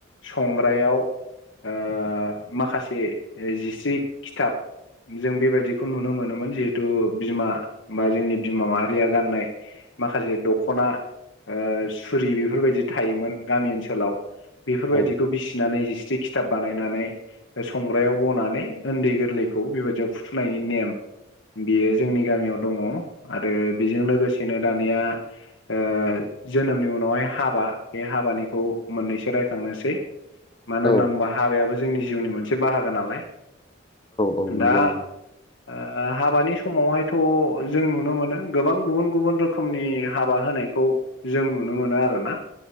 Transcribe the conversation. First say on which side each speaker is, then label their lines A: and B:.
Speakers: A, on the left; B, on the left.
A: संग्रायाव ओ माखासे जिस्रि खिथाब जों बेबायदिखौ नुनो मोनोमोन जिहेथु बिमा बा जोंनि बिमा माहारिया गाननाय माखासे दख'ना ओ सुरि बेफोरबायदि थायोमोन गामि ओनसोलाव बेफोरबायदिखौ
B: औ
A: बिसिनानै जिस्रि खिथाब बानायनानै संग्रायाव बनानै उन्दै गोरलैखौ बेबायदियाव फुथुनायनि नेम बियो जोंनि गामियाव दङ आरो बेजों लोगोसेनो दानिया ओ जोनोमनि उनावहाय हाबा बे हाबानिखौ मोननैसो राय- खांनोसै मानो
B: औ
A: होनना बुङोबा हाबायाबो जोंनि जिउनि मोनसे बाहागो नालाय
B: औ नंगौ
A: दा
B: नंगौ
A: ओ हाबानि बे समावहायथ' जों नुनो मोनो गोबां गुबुन गुबुन रोखोमनि हाबा होनायखौ जों नुनो मोनो आरोना